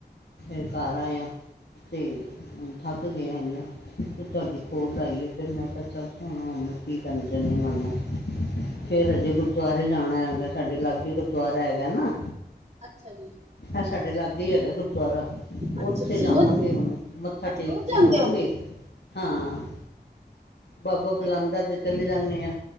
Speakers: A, on the left; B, on the right.
A: ਫਿਰ
B: ਹਾਂਜੀ,
A: ਘਰ ਆਏਆ ਤੇ ਥੱਕ ਗਏ ਇਾਂ ਅਤੇ ਤੁਹਾਡੀ
B: ਅੱਛਾ ਜੀ।
A: ਕੋਲ ਲਾਈਏ ਫਿਰ ਮੈਂ ਕਿਹਾ ਚਾ ਸੁਣ ਮਨੂੰ ਕੀ ਕਹਿੰਦੇ ਨੇ ਮੈਨੂੰ
B: ਹਾਂਜੀ
A: ਫੇਰ ਅਜੇ
B: ਹਾਂਜੀ
A: ਗੁਰਦੁਆਰੇ ਜਾਣਾ ਹੈਗਾ ਸਾਡੇ ਲਾਗੇ ਹੀ ਗੁਰਦੁਆਰਾ ਹੈਗਾ ਨਾ
B: ਅੱਛਾ ਜੀ
A: ਹੈ ਸਾਡੇ ਲਾਗੇ ਹੀ ਹੈਗਾ ਗੁਰਦੁਆਰਾ
B: ਅੱਛਾ
A: ਉੱਥੇ
B: ਤੁਸੀਂ
A: ਜਾਵਾਂਗੇ
B: ਰੋਜ਼
A: ਉਹ ਮੱਥਾ
B: ਅੱਛਾ
A: ਟੇਕ
B: ਰੋਜ਼ ਜਾਂਦੇ
A: ਕੇ ਆਵਾਂਗੇ
B: ਹੋ
A: ਹਾਂ ਬਾਬਾ
B: ਨਹੀਂ
A: ਬੁਲਾਂਦਾ ਤੇ ਚਲੇ ਜਾਂਦੇ ਆਾਂ